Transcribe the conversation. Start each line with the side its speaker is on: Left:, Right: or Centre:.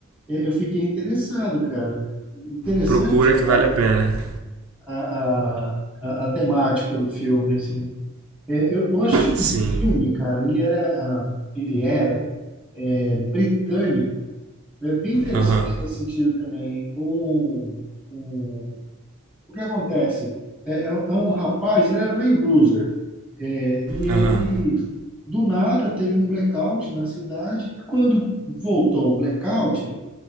Centre: é, eu fiquei interessado, cara. Interessante
Right: Procura que vale
Centre: a,
Right: a pena.
Centre: a, a, a a temática do filme, assim. É, eu, eu assisti
Right: Sim.
Centre: um filme, cara, ele era, ele é, né, é britânico, é bem interessante
Right: Aham,
Centre: nesse sentido também. O, o, o que acontece? É, é um, é um rapaz, ele era meio loser, é, e ele,
Right: aham.
Centre: do nada, teve um blackout na cidade. Quando voltou o blackout,